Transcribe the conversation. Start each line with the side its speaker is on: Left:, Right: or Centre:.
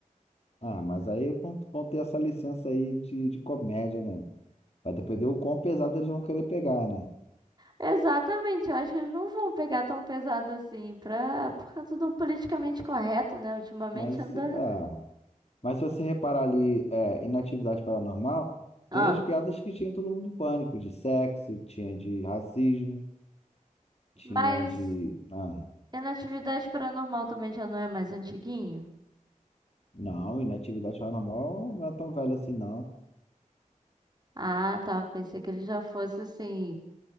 Left: Ah, mas aí vão, vão ter essa licença aí de, de comédia, né? Vai depender o quão pesado eles vão querer pegar, né?
Right: Exatamente, eu acho que eles não vão pegar tão pesado assim, pra, por causa do politicamente correto, né? Ultimamente
Left: Mas,
Right: anda.
Left: ah, Mas se você reparar ali, é, inatividade paranormal,
Right: Ah.
Left: tem as piadas que tinha em Todo Mundo em Pânico, de sexo, tinha de racismo, tinha
Right: Mas
Left: de. Ah,
Right: Inatividade Paranormal também já não é mais antiguinho?
Left: não, inatividade paranormal não é tão velho assim, não.
Right: Ah, tá. Pensei que ele já fosse assim,